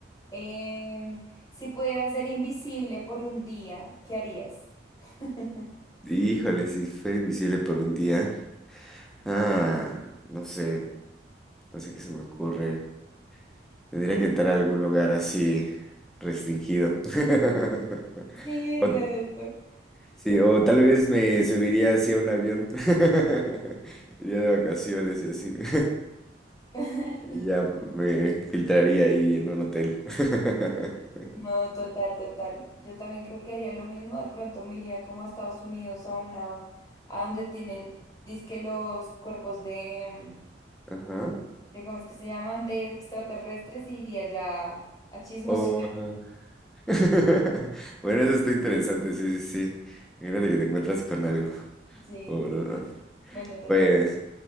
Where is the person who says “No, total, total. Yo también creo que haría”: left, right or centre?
Left